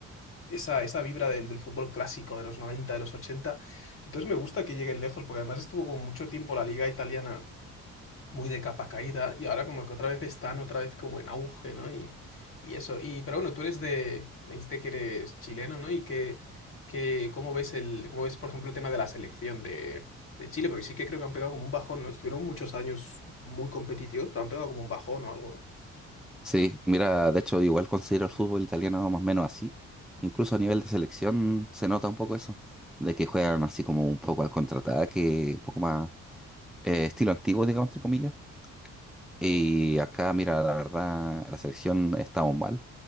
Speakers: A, on the left (about 45°); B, in the centre.
A: esa, esa vibra del, del fútbol clásico de los 90 de los ochenta Entonces me gusta que lleguen lejos, porque además estuvo como mucho tiempo la liga italiana muy de capa caída y ahora como que otra vez están otra vez como en auge, ¿no? Y, y eso. Y, pero bueno, tú eres de, me dijiste que eres chileno, ¿no? Y que, que ¿cómo ves el, cómo ves, por ejemplo, el tema de la selección de, de Chile? Porque sí que creo que han pegado como un bajón, ¿no? Estuvieron muchos años muy competitivos, pero han pegado como un bajón o algo.
B: Sí, mira, de hecho igual considero el fútbol italiano más o menos así. Incluso a nivel de selección se nota un poco eso, de que juegan así como un poco al contraataque, un poco más eh, estilo antiguo, digamos, entre comillas. Y acá, mira, la verdad, la selección estamos mal